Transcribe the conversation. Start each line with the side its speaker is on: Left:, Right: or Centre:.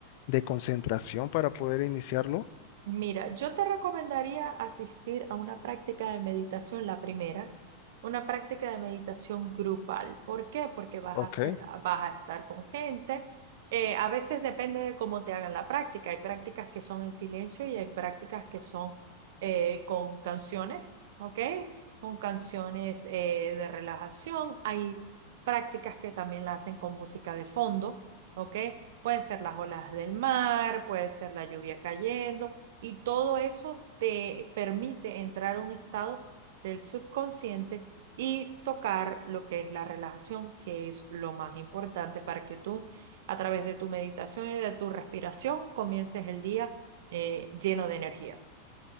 Left: de concentración para poder iniciarlo?
Right: Mira, yo te recomendaría asistir a una práctica de meditación, la primera, una práctica de meditación grupal. ¿Por qué? Porque vas
Left: Ok.
Right: a ser- vas a estar con gente. Eh, a veces depende de cómo te hagan la práctica. Hay prácticas que son en silencio y hay prácticas que son eh, con canciones, ¿ok? Con canciones eh, de relajación. Hay prácticas que también la hacen con música de fondo, ¿ok? Pueden ser las olas del mar, puede ser la lluvia cayendo. Y todo eso te permite entrar a un estado del subconsciente y tocar lo que es la relajación, que es lo más importante para que tú, a través de tu meditación y de tu respiración, comiences el día eh, lleno de energía.